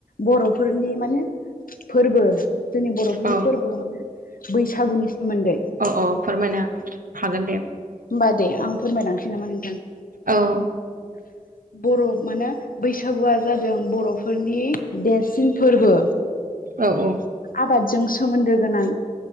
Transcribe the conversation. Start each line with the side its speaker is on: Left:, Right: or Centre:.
Left: बर'फोरनि माने फोरबो जोंनि बर'फोरनि
Right: औ
Left: फोरबो माने बैसागुनि सोमोन्दै
Right: औ औ फोरमायनो हागोन दे
Left: होमबा दे आं फोरमायलांनोसै नामा नोंथां
Right: औ
Left: <inaudible> बर' माने बैसागुआ जादों बर'फोरनि देरसिन फोरबो।
Right: औ औ
Left: आबादजों सोमोन्दो गोनां